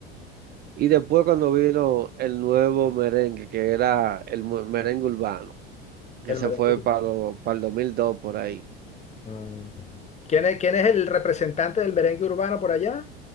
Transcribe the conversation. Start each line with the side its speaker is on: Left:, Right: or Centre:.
Right: Y después cuando vino el nuevo merengue, que era el mu- merengue urbano, que
Left: el
Right: se
Left: merengue
Right: fue
Left: urbano.
Right: para, lo- para el 2002 por ahí.
Left: Mm. ¿Quién es, quién es el representante del merengue urbano por allá?